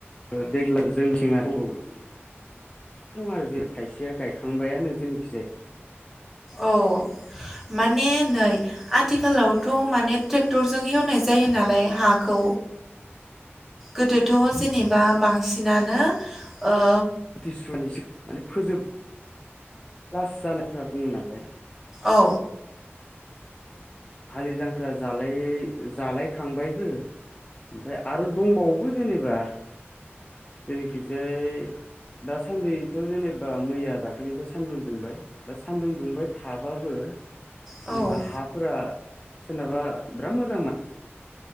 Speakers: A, on the left; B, in the centre.
A: ओ देग्लाय जोंनिथिं आरो दं आरो जे खायसेया गायखांबायानो जोंनिथिंजाय
B: अ माने नै आथिखालावथ' माने ट्रेक्टरजों एवनाय जायो नालाय हाखौ गोदोथ' जेनेबा बांसिनानो ओ
A: तिसुवनि सिगां माने फोजो लास जानायफ्रा बुङो नालाय
B: औ
A: हालि-जांख्रा जालाय जालायखांबायबो ओमफ्राय आरो दंबावोबो जेनेबा जोंनिखिजाय दासान्दिथ' जेनेबा मैया दाख्लैनिफाय सान्दुं दुंबाय दा सान्दुं दुंबाय थाबाबो
B: औ
A: जेनेबा हाफोरा सोरनाबा बिराद मोजांमोन